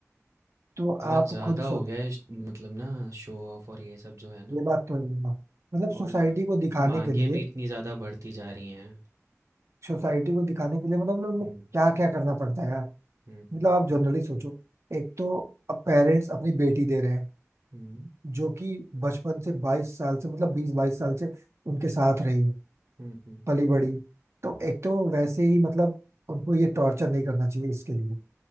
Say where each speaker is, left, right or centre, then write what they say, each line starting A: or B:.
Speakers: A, on the right; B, on the right.
A: तो
B: बहुत
A: आप
B: ज़्यादा
A: खुद
B: हो
A: सोच
B: गया है श- मतलब ना शो ऑफ और ये सब जो है ना
A: ये बात तो है ना। मतलब सोसाइटी
B: और
A: को दिखाने
B: मांगे
A: के लिए
B: भी इतनी ज़्यादा बढ़ती जा रही हैं
A: सोसाइटी को दिखाने के लिए मतलब लोग
B: हम्म
A: क्या क्या करना पड़ता है यार
B: हम्म
A: मतलब
B: हम्म
A: आप जनरली सोचो एक तो पेरेंट्स अपनी बेटी दे रहे हैं
B: हम्म
A: जो कि बचपन से बाईस साल से मतलब बीस बाईस साल से उनके साथ रही
B: हम्म हम्म
A: पली बड़ी तो एक तो वैसे ही मतलब उनको ये टॉर्चर नहीं करना चाहिए इसके लिए